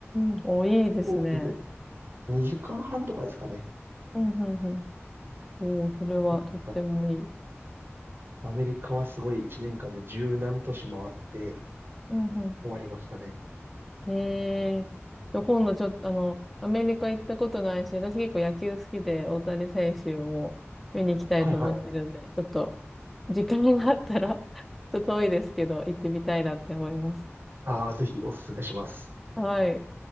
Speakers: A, in the centre; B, on the right.
A: ん。お、いいですね。
B: 飛行機で2時間半とかですかね。
A: うん、うん、うん。おー、それはとってもいい。
B: 結構近くてアメリカはすごい1年間で十何都市回って
A: うん、う
B: 終わりましたね。
A: ん。ええー。今度ちょっと、あの、アメリカ行ったことないし、私結構野球好きで、大谷選手も見に行きたいと思ってるんで、
B: はいはい。
A: ちょっと、時間があったら <laughs> ちょっと遠いですけど、行ってみたいなって思います。
B: ああ、ぜひおすすめします。
A: はい。